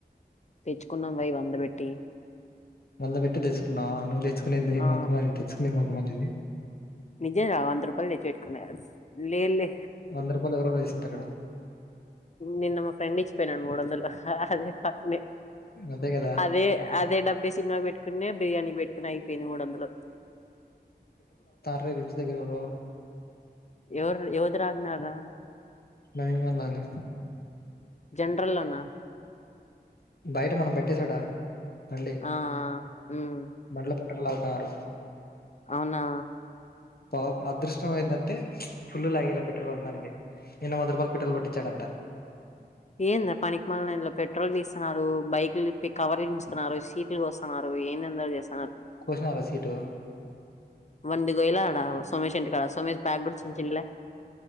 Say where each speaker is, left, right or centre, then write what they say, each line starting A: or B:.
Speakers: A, on the left; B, on the left.
A: తెచ్చుకున్నాం వై వందబెట్టి
B: వంద పెట్టి తెచ్చుకున్నావా నువ్వు తెచ్చుకునేది
A: ఆ
B: మొకమా ని తెచ్చుకునే మొకమా నీది
A: నిజం రా వంద రూపాయిలు తెచ్చివెట్టుకున్న లే లే
B: వంద రూపాయలు ఎవరెవరో వేసింటారు
A: నిన్న మా ఫ్రెండ్ ఇచ్చిపోయినడు మూడోందలు అదే హక్ నె
B: అదే కదా
A: అదే అదే డబ్బే సినిమా పెట్టుకున్నె బిర్యానీ పెట్టుకున్న అయి ఇ మూడోందలు
B: రె నిమ్స్ దెగ్గరెవరు
A: ఎవరు ఎవద్రి రాన్నారా
B: నవీన్ గాంది అన్నె
A: జనరల్ల్లోనా
B: బయట మనం బెట్టే సొటా బండి
A: ఆ ఉమ్
B: బండ్ల పెట్రోల్ లాగుతాన్నారు
A: అవునా
B: పాప్ అదృష్టం ఏందంటే ఫుల్ల్ లాగేయాలి పెట్రోల్ కొట్టడానికి నిన్న వంద రూపాయల్ పెట్రోల్ కొట్టిచాడంట
A: ఏందా పనికి మలిన్ దంట్ల పెట్రోల్ తీస్తున్నారు బైక్లు ఇప్పి కవర్లు చించుతున్నారు సీట్లు కొస్తున్నారు ఏందేందో చేస్
B: కోసినారా సీటు
A: మంది గొయ్లె ఆడా సోమేశ్ ఇంటి కాడా సోమేశ్ బ్యాగ్ గూడా చించిండ్లే